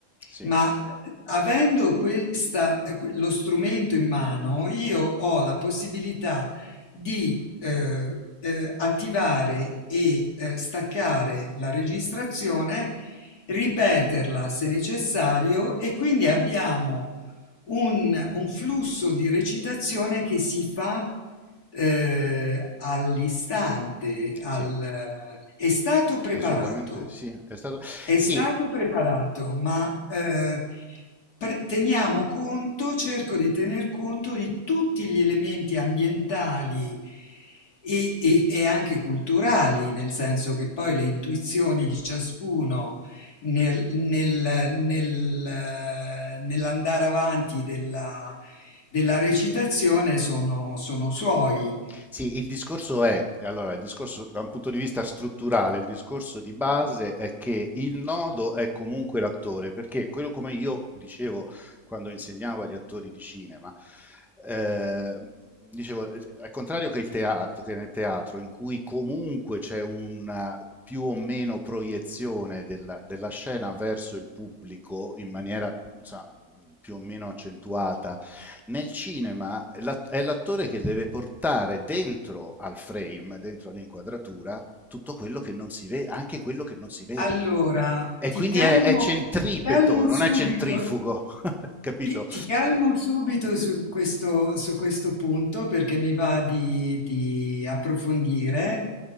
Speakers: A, in the centre; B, on the left.
A: Sì,
B: ma eh, avendo questa, eh, que- lo strumento in mano, io ho la possibilità di eh, eh, attivare e eh, staccare la registrazione, ripeterla se necessario e quindi abbiamo un, un flusso di recitazione che si fa eh, all'istante, al-
A: sì,
B: è stato preparato.
A: assolutamente sì. È stato...
B: È
A: Sì,
B: stato preparato, ma eh, Teniamo conto, cerco di tener conto di tutti gli elementi ambientali e, e- e anche culturali, nel senso che poi le intuizioni di ciascuno nel- nel- nel- nell'andare avanti della, della recitazione sono, sono suoi.
A: Sì, il discorso è, allora, il discorso da un punto di vista strutturale, il discorso di base è che il nodo è comunque l'attore, perché quello come io dicevo quando insegnavo agli attori di cinema, eh, dicevo, eh, al contrario che il teatro, che nel teatro in cui comunque c'è una più o meno proiezione della, della scena verso il pubblico in maniera, insomma, più o meno accentuata, nel cinema l'at- è l'attore che deve portare dentro al frame, dentro all'inquadratura, tutto quello che non si vede, anche quello che non si vede.
B: Allora,
A: E
B: ti
A: quindi
B: calmo,
A: è, è centripeto,
B: ti calmo
A: non
B: subito.
A: è centrifugo, <laughs> capito?
B: Ti ti calmo subito su questo, su questo punto perché mi va di, di approfondire.